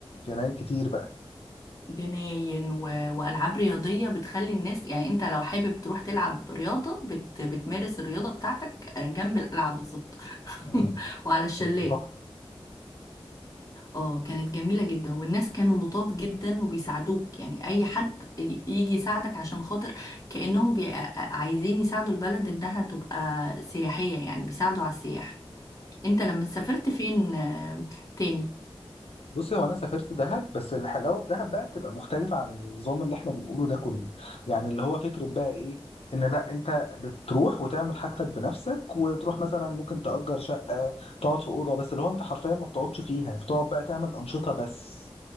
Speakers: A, on the left; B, on the left.
A: جناين كتير بقى
B: جناين و... وألعاب رياضية بتخلي الناس يعني أنت لو حابب تروح تلعب رياضة بت... بتمارس الرياضة بتاعتك آه، جنب الألعاب بالظبط <laughs>
A: امم
B: وعلى الشلال
A: طب تحفة
B: اه كانت جميلة جدا والناس كانوا لطاف جدا وبيساعدوك يعني أي حد ي- يجي يساعدك عشان خاطر كأنهم بي... آه، آه، عايزين يساعدوا البلد إنها تبقى سياحية يعني بيساعدوا على السياح أنت لما سافرت فين آه، تاني؟
A: بصي هو انا سافرت دهب بس الحلاوه في دهب بقى بتبقى مختلفه عن النظام اللي احنا بنقوله ده كله يعني اللي هو فكره بقى ايه ان لا انت بتروح وتعمل حاجتك بنفسك وتروح مثلا ممكن تأجر شقه تقعد في اوضه بس اللي هو انت حرفيا ما بتقعدش فيها بتقعد بقى تعمل انشطه بس